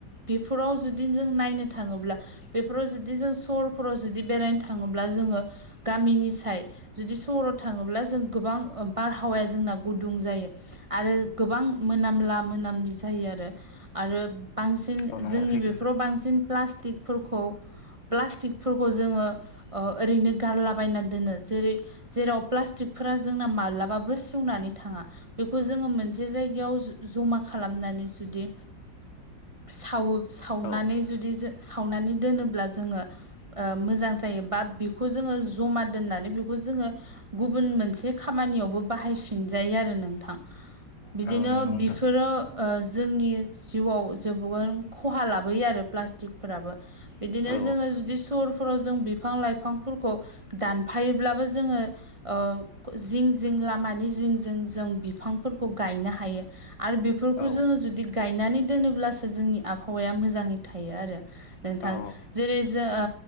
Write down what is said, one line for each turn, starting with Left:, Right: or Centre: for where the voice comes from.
Right: बेफोराव जुदि जों नायनो थाङोब्ला। बेफोराव जुदि जों सहरफोराव जुदि बेरायनो थाङोब्ला जोङो गामिनि साय जुदि सहराव थाङोब्ला जों गोबां ओ बारहावाया जोंना गुदुं जायो आरो। गोबां मोनामला मोनामलि जायो आरो आरो बांसिन
Left: औ नंगौ
Right: जोंनि
Left: सैथो
Right: बेफोराव
Left: नोंथां
Right: बांसिन प्लास्टिकफोरखौ। प्लास्टिकफोरखौ जोङो ओ ओरैनो गारलाबायना दोनो जेरै। जेराव प्लास्टिकफोरा जोंना माब्लाबाबो सेवनानै थाङा। बेखौ जोङो मोनसे जायगायाव जमा खालामनानै जुदि सावो सावनानै
Left: औ
Right: जुदि सावनानै दोनोब्ला जोङो ओ मोजां जायो बा बेखौ जोङो जमा दोननानै बेखौ जोङो गुबुन मोनसे खामानियावबो बाहायफिनजायो आरो नोंथां। बिदिनो
Left: औ नंगौ नोंथां
Right: बिफोरो ओ जोंनि जिउआव जोबोन खहा लाबोयो आरो प्लास्टिकफोराबो। बिदिनो
Left: औ
Right: जोङो जुदि सहरफोराव जों बिफां लाइफांफोरखौ दानफायोब्लाबो जोङो ओ जिं जिं लामानि जिं जिं जों बिफांफोरखौ गायनो हायो। आरो बेफोरखौ
Left: औ
Right: जोङो जुदि गायनानै दोनोब्लासो जोंनि आबहावाया मोजाङै थायो आरो। नोंथां।
Left: औ
Right: जेरै जो ओ